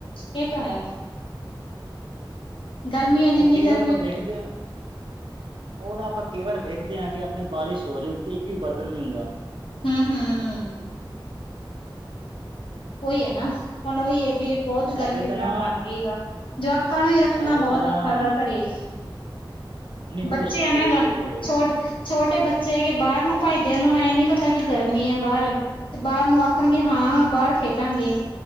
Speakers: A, on the left (about 75°); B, on the right (about 75°).
A: ਏਹ ਤਾਂ ਹੈ। ਗਰਮੀ ਹੈ ਜਿੰਨੀ
B: ਓ ਕਈ
A: ਗਰਮੀ
B: ਵਾਰ ਤਾਂ ਵੇਖਦੇ ਆ। ਓ ਨਾ ਆਪਾਂ ਕਈ ਵਾਰ ਵੇਖਦੇ ਹੈਗੈ ਐ ਕਿ ਆਪਣੇ ਬਾਰਿਸ਼ ਹੋਰੀ ਹੋਤੀ ਏਕ ਵੀ ਬਦਲ ਨੀ ਹੁੰਦਾ।
A: ਹਾਂ-ਹਾਂ। ਓਈ ਐ ਨਾ। ਹੁਣ ਓਈ
B: ਅਸ-
A: ਐ ਵੀ ਬੋਤ
B: ਸਾਡੇ
A: ਗਰਮੀ
B: ਤਾਂ
A: ਪੈਣ
B: ਨਾ
A: ਲੱਗ ਗਈ ਗਾਂ ਜਵਾਕਾਂ ਨੂੰ ਈ ਰੱਖਣਾ
B: ਸਾਡੇ
A: ਬੋਤ
B: ਤਾਂ ਨਾ
A: ਔਖਾ
B: ਹਾਂ,
A: ਵੇ ਕਰੇ।
B: ਸ- ਨਹੀਂ ਹੋ
A: ਬੱਚੇ
B: ਸ-
A: ਆਨਾ
B: ਤੁਹਾਡੀ ਸਹੀ
A: ਗਾ
B: ਗੱਲ ਹੈ ਜਮਾ
A: ਛੋਟ ਛੋਟੇ ਬੱਚੇ ਹੈਗੇ ਬਾਰ ਨੂੰ ਭੱਜਦੇ ਓਨਾਂ ਨੂੰ ਏਹ ਨੀ ਪਤਾ ਕਿ ਗਰਮੀ ਐ ਬਾਰ। ਤੇ ਬਾਰ ਨੂੰ ਆਖਣਗੇ ਹਾਂ ਬਾਰ ਖੇਡਾਂਗੇ।